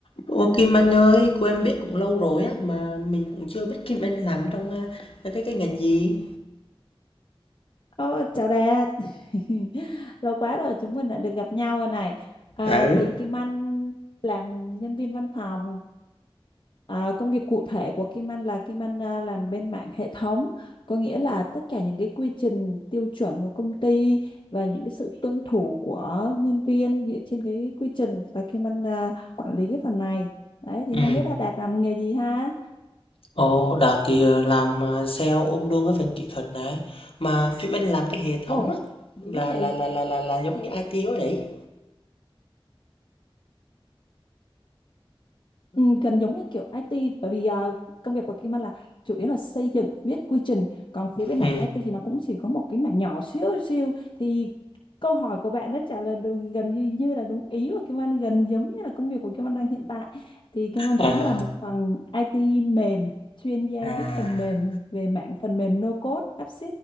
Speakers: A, on the left (about 75°); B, on the left (about 55°).
A: Ô Kim Anh ơi, cô em biết cũng lâu rồi á mà mình cũng chưa biết Kim Anh làm trong à, cái cái ngành gì.
B: Ờ, chào Đạt <laughs> lâu quá rồi chúng mình đã được gặp nhau rồi này Ờ,
A: Ừ.
B: thì Kim Anh làm nhân viên văn phòng Ờ, công việc cụ thể của Kim Anh là Kim Anh à, làm bên mảng hệ thống có nghĩa là tất cả những cái quy trình tiêu chuẩn của công ty và những cái sự tuân thủ của nhân viên dựa trên cái quy trình và Kim Anh à, quản lý cái phần này đấy thì
A: Ừ.
B: không biết là Đạt làm nghề gì ha
A: Ồ, Đạt thì ờ, làm ờ, sale ôm luôn cái phần kỹ thuật này. Mà Kim Anh làm cái hệ
B: ồ
A: thống á
B: dữ
A: là
B: vậy
A: là là là là, là giống như IT quá vậy.
B: Ừ, gần giống như kiểu IT bởi vì à, công việc của Kim Anh là chủ yếu là xây dựng viết quy trình còn phía bên
A: Ừ.
B: mảng IT thì nó cũng chỉ có một cái mảng nhỏ xíu siêu thì câu hỏi của bạn đã trả lời đúng, gần như như là đúng ý của Kim Anh gần giống như là công việc của Kim Anh đang hiện tại thì Kim Anh
A: À
B: cũng là một phần IT mềm chuyên gia
A: à
B: viết phần mềm về mảng phần mềm no code app